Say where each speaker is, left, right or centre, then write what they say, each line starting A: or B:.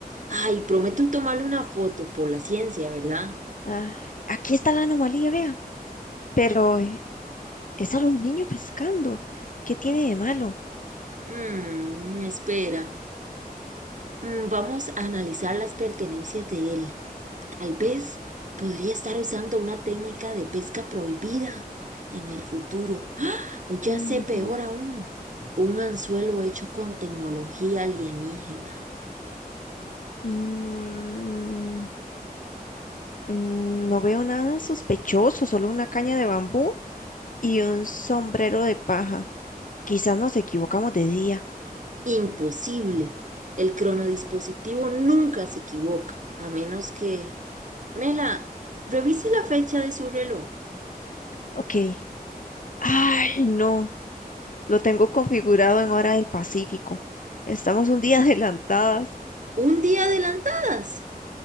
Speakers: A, on the right; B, on the left.
A: ay, prometo tomarle una foto por la ciencia, ¿verdad?
B: Ay, aquí está la anomalía, vea. Pero eh, es solo un niño pescando. ¿Qué tiene de malo?
A: Mm, espera, Mm, vamos a analizar las pertenencias de él. Tal vez podría estar usando una técnica de pesca prohibida en el futuro, o ya
B: Ujú.
A: sé peor aún, un anzuelo hecho con tecnología alienígena.
B: Mm, mm, no veo nada sospechoso, solo una caña de bambú y un sombrero de paja. Quizás nos equivocamos de día.
A: Imposible. El cronodispositivo nunca se equivoca, a menos que... Mela, revise la fecha de su reloj.
B: Ok. Ay, no. Lo tengo configurado en hora del Pacífico. Estamos un día <laughs> adelantadas.
A: Un día adelantadas.